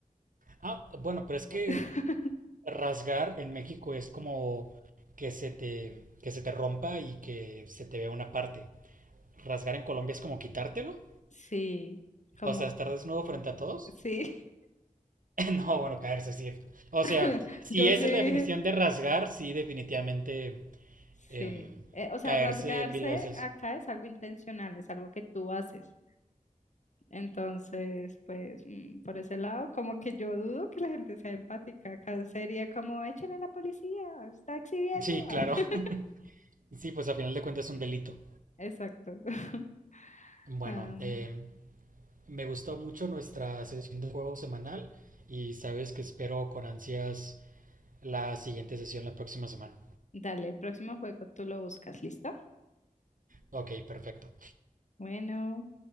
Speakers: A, on the right (about 65°); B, on the left (about 55°).
A: Ah, bueno, pero es que
B: <laughs>
A: rasgar en México es como que se te, que se te rompa y que se te vea una parte. Rasgar en Colombia es como quitártelo
B: Sí, como,
A: O sea, estar desnudo frente a todos.
B: sí,
A: <laughs> no, bueno, caerse, sí. O
B: <laughs>
A: sea, si
B: yo
A: esa
B: sí,
A: es la definición de rasgar, sí, definitivamente
B: sí.
A: em,
B: Eh, o sea,
A: caerse
B: rasgarse
A: mil veces.
B: acá es algo intencional, es algo que tú haces. Entonces, pues, mm, por ese lado, como que yo dudo que la gente sea empática. Acá sería como, echen a la policía, está exhibiendo.
A: Sí, claro.
B: <laughs>
A: <laughs> Sí, pues a final de cuentas es un delito.
B: Exacto. <laughs>
A: Bueno,
B: Am,
A: em, me gustó mucho nuestra sesión de juego semanal y sabes que espero con ansias la siguiente sesión la próxima semana.
B: dale, el próximo juego tú lo buscas, ¿listo?
A: Ok, perfecto.
B: Bueno.